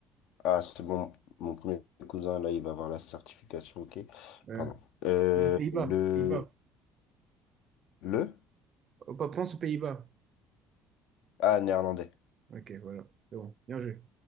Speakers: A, on the left; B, on the right.
A: Ah, c'est bon, mon premier cousin, là, il va avoir la certification, ok,
B: Euh,
A: pardon. Euh,
B: Pays-Bas,
A: le...
B: Pays-Bas.
A: Le?
B: Oh, pas- Pense aux Pays-Bas.
A: Ah, néerlandais.
B: Ok, voilà. C'est bon. Bien joué.